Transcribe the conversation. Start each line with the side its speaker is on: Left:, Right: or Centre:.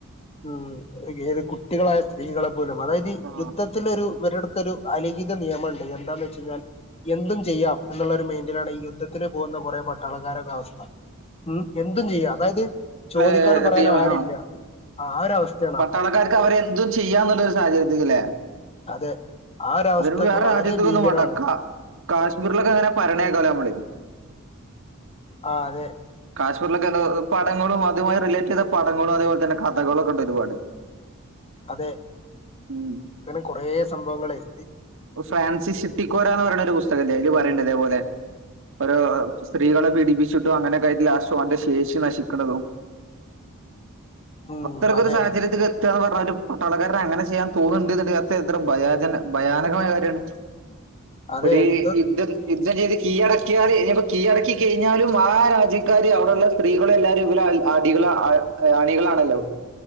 Left: ഉം ഏത് കുട്ടികളായ സ്ത്രീകളെപ്പോലും അതായത് ഈ
Right: ആ.
Left: യുദ്ധത്തിലൊരു വെരട് ക്കൊരു അലിഖിത നിയമണ്ട് എന്താന്ന് വെച്ച് കഴിഞ്ഞാൽ എന്തും ചെയ്യാം എന്നുള്ളൊരു മൈന്റിലാണ് ഈ യുദ്ധത്തിന് പോകുന്ന കുറെ പട്ടാളുകാരെ ഒക്കെ അവസ്ഥ ഉം എന്തും ചെയ്യാ അതായത് ചോദിക്കാനും
Right: ഏഹ്,
Left: പറയാനും
Right: ടീം ആ,
Left: ആരില്ല ആ ഒരവസ്ഥയാണ്
Right: പട്ടാളക്കാർക്ക് അവരെ എന്തും ചെയ്യാന്നുള്ളൊരു സാഹചര്യത്തിക്ക് ല്ലേ
Left: അതെ ആ ഒരു അവസ്ഥക്കെ
Right: അയ്ന് ഇപ്പൊ വേറെ
Left: വളരെ
Right: രാജ്യത്ത്ക്ക്
Left: ഭീകരമാണ്
Right: ഒന്നും പോണ്ട ക കാശ്മീരിലൊക്കങ്ങനെ പറിണേക്കാലൊ നമ്മള്
Left: ആഹ് അതെ
Right: കാശ്മീരിലൊക്കെ എന്താ പടങ്ങളും അതുമായി റിലേറ്റ് ചെയ്ത പടങ്ങളും അതെപോലെ തന്നെ കഥകളും ഒക്കെ ഉണ്ട് ഒരുപാട്
Left: അതെ
Right: ഉം.
Left: ഇങ്ങനെ കൊറേ സംഭവങ്ങളേയ്
Right: ഫ്രാൻസിസിട്ടിക്കോരാ എന്ന് പറയുണ ഒരു പുസ്തകല്ലേ അയ്ല് പറയ്ണ്ട് ഇതെപോലെ ഓരോ സ്ത്രീകളെ പീഡിപ്പിച്ചിട്ടും അങ്ങനെ ഒക്കെ ആയിട്ടും ഓന്റെ ശേഷി നശിക്ക്ണതും
Left: ഉം
Right: അത്തരത്തിലൊരു
Left: അതെ
Right: സാഹചര്യത്തിക്കെ ത്താ പർഞ്ഞാ ഒരു പട്ടാളക്കാരന് അങ്ങനെ ചെയ്യാൻ തോന്നുന്നുണ്ട് എത്ര ഭയാഗന ഭയാനകമായ കാര്യമാണ്
Left: അതെ
Right: ഒരു
Left: ഇത്
Right: യുദ്ധം യുദ്ധം ചെയ്ത് കീഴടക്കിയാൽ ഇഞ്ഞിപ്പോ കീഴടക്കി കഴിഞ്ഞാലും ആ രാജ്യക്കാര് അവിടെള്ള സ്ത്രീകള് എല്ലാരും ഇവരെ അടികൾ അണികളാണല്ലോ